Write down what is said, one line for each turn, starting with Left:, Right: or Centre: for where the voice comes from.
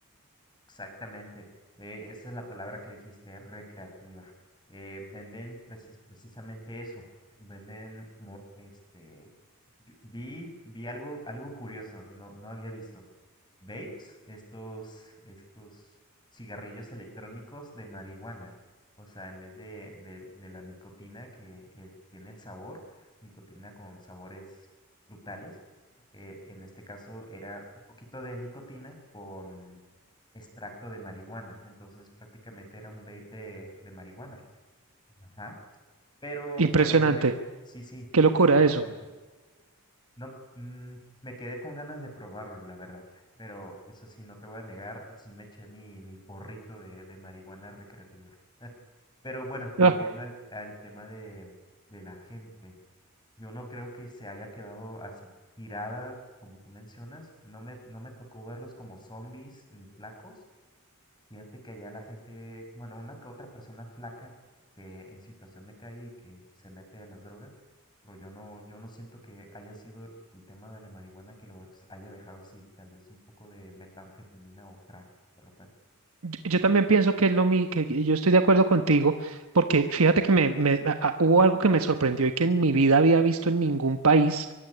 Left: Exactamente. eh, esa es la palabra que dijiste, recreativa. Eh, venden precis- precisamente eso. Venden, mo- este, yo- vi, vi algo, algo curioso, no, no había visto. Vapes, estos, estos cigarrillos electrónicos de marihuana. O sea, en vez de, de, de la nicotina que eh, tiene el sabor, nicotina con sabores frutales, eh, en este caso era un poquito de nicotina con extracto de marihuana. Entonces prácticamente era un vape de, de marihuana. Ajá. Pero
Right: Impresionante.
Left: bueno, volví. Sí, sí,
Right: Qué locura
Left: impresionante.
Right: eso.
Left: No, mm, me quedé con ganas de probarlo, la verdad. Pero eso sí, no te voy a negar, sí me eché mi, mi porrito de, de marihuana recreativa. Pero bueno, volviendo
Right: <laughs>
Left: al, al tema de, de la gente, yo no creo que se haya quedado así tirada, como tú mencionas. No me, no me tocó verlos como zombies ni flacos, Fíjate que allá la gente, bueno, una que otra persona flaca que en situación de calle y que se mete a las drogas, pero yo no, yo no siento que haya sido el tema de la marihuana que los haya dejado así, tal vez un poco de metanfetamina o crack, de repente.
Right: Yo, yo también pienso que es lo mi, que que yo estoy de acuerdo contigo, porque fíjate que me, me- a- a- hubo algo que me sorprendió y que en mi vida había visto en ningún país,